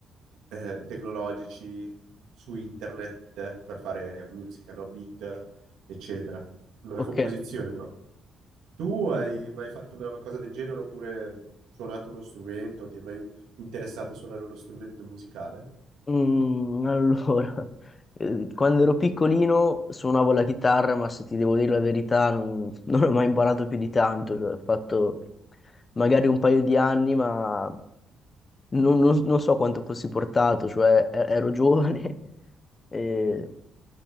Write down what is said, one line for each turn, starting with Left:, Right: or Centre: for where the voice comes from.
Right: eh, tecnologici su internet per fare musica, no? Beat, eccetera. Una
Left: ok.
Right: composizione, no? Tu hai
Left: Sì.
Right: mai fatto una cosa del genere oppure suonato uno strumento? Ti è mai interessato a suonare uno strumento musicale?
Left: Mm, allora, <laughs> eh, quando ero piccolino suonavo la chitarra, ma se ti devo dire la verità non, <laughs> non ho mai imparato più di tanto, cioè, ho fatto magari un paio di anni, ma non, non- non so quanto fossi portato, cioè e- ero giovane, <laughs> e